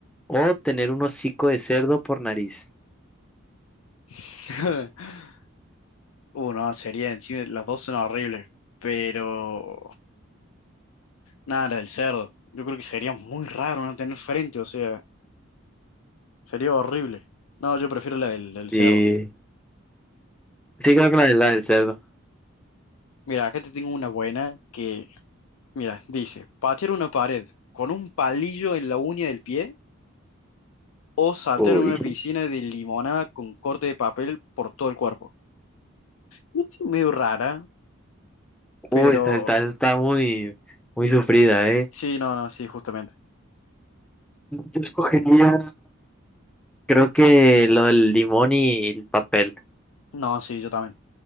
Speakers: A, in the centre; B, on the left (about 85°).
A: ¿O tener un hocico de cerdo por nariz?
B: <laughs> Uno, sería encima, las dos son horribles, pero nada, la del cerdo. Yo creo que sería muy raro no tener frente, o sea, sería horrible. No, yo prefiero la del, del cerdo.
A: Sí, sí creo que la, la del cerdo.
B: Mira, acá te tengo una buena que Mira, dice, patear una pared con un palillo en la uña del pie o saltar
A: Uy,
B: en una piscina de limonada con corte de papel por todo el cuerpo. Es medio rara, pero
A: uy, está, está, está muy, muy sufrida, ¿eh?
B: sí, no, no, sí, justamente.
A: Yo escogería, creo que lo del limón y el papel.
B: No, sí, yo también.